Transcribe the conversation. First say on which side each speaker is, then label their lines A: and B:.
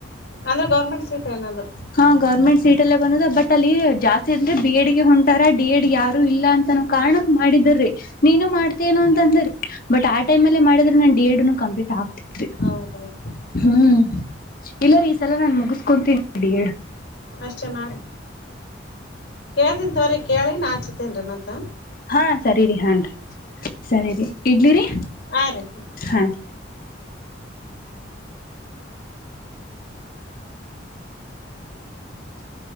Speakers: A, on the left; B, on the left.
A: ಅಂದ್ರ ಗರ್ಮೆಂಟ್ ಸೀಟ್ ಏನದು
B: ಹಾ ಗೌರ್ಮೆಂಟ್ ಸೀಟ್ ಅಲ್ಲೇ ಬಂದದ ಬಟ್ ಅಲ್ಲಿ ಜಾಸ್ತಿ ಅಂದ್ರೆ ಬಿ ಎಡ್ ಗೆ ಹೊಂಟಾರ ಡಿ ಯಡ--ಗ ಯಾರು ಇಲ್ಲ ಅಂತ ನಾವ್ ಕಾರಣಕ ಮಾಡಿದ್ರಿ ನೀನು ಮಾಡ್ತಿ ಅನೋ ಅಂತ ಅಂದೇ ರಿ ಬಟ್ ಆಟೈಮ ಅಲ್ಲಿ ಮಾಡಿದ್ರೆ ನನ್ ಡಿ ಎಡ--ನು ಕಂಪ್ಲೀಟ್ ಆಗ್ತತಿತ್ತ ರಿ
A: ಹೌದೌದು
B: ಹ್ಮ್ ಇಲ್ಲ ರೀ ಈ ಸಲ ನಾನ್ ಮುಗಿಸಕೊತೀನಿ. ಡಿ ಎಡ
A: ಅಷ್ಟೆ ಮಾಡ ಕೇಳ್ತನ್ ತೊಗರಿ ಕೇಳಿ ನಾಳ ಹಚ್ಚತಿನ್ರಿ ಮತ್ತ
B: ಹಾ ಸರಿರಿ ಹನ್ರಿ ಸರಿರಿ ಇಡ್ಲಿರಿ
A: ಹಾ ರೀ.
B: ಹಾ. <inaudible>